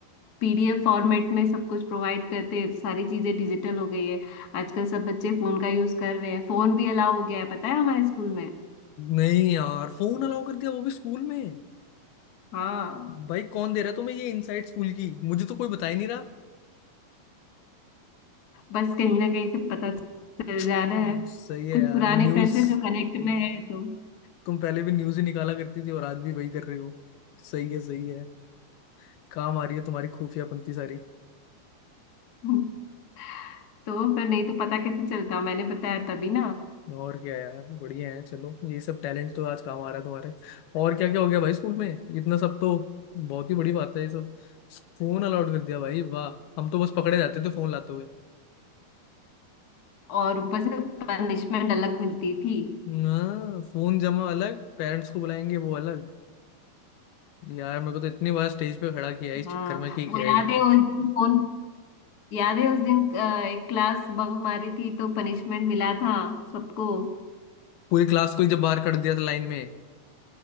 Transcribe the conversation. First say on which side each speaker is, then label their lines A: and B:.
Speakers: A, on the left; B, on the left.
A: पीडीएफ फॉर्मेट में सब कुछ प्रोवाइड करते हैं सारी चीजें डिजिटल हो गई है आजकल सब बच्चे फोन का यूज कर रहे हैं फोन भी अलाउ हो गया है पता है हमारे स्कूल में
B: नहीं यार फोन अलाउ कर दिया वो भी स्कूल में
A: हाँ
B: भाई कौन दे रहा है तुम्हें ये इनसाइड स्कूल की मुझे तो कोई बता ही नहीं रहा
A: बस कहीं ना कहीं से पता चल
B: हम्म,
A: जा रहा है
B: सही है
A: कुछ
B: यार
A: पुराने
B: न्यूज
A: फ्रेंड्स हैं जो कनेक्ट में है तो
B: तुम पहले भी न्यूज ही निकाला करती थी और आज भी वही कर रही हो सही है सही है काम आ रही है तुम्हारी खुफिया पंक्ति सारी
A: हम्म, तो फिर नहीं तो पता कैसे चलता मैंने बताया तभी ना
B: और क्या यार बढ़िया है चलो ये सब टैलेंट तो आज काम आ रहा है तुम्हारे और क्या क्या हो गया भाई स्कूल में इतना सब तो बहुत ही बड़ी बात है ये सब फोन अलाउड कर दिया भाई वाह हम तो बस पकड़े जाते थे फोन लाते हुए
A: और ऊपर से पनिशमेंट अलग मिलती थी
B: हाँ फोन जमा अलग पेरेंट्स को बुलाएंगे वो अलग यार मेरे को तो इतनी बार स्टेज पे खड़ा किया है इस
A: हाँ
B: चक्कर में कि
A: वो
B: क्या
A: याद
B: ही बताऊं
A: है उस दिन कौन याद है उस दिन अ, एक क्लास बंक मारी थी तो पनिशमेंट मिला था सबको
B: पूरी क्लास को ही जब बाहर कर दिया था लाइन में